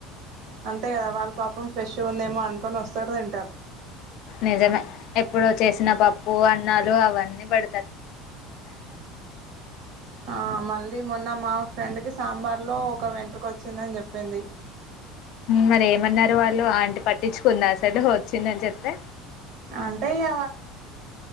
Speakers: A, on the right; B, on the left.
A: అంతే కదా వాళ్ళు పాపం ఫ్రెష్గుందేమో అనుకొని వస్ <inaudible> తింటారు
B: నిజమే ఎప్పుడో చేసిన పప్పు, అన్నాలు అవ <unintelligible>
A: ఆ మళ్ళీ మొన్న మా ఫ్రెండ్ కి సాంబార్ లో ఒక వెంట్రుక వచ్చిందని చెప్పింది.
B: మరి ఏమన్నారు వాళ్ళు. ఆంటి పట్టించుకుందా అసలు వచ్చిందని చెప్తే.
A: అంటే ఇగ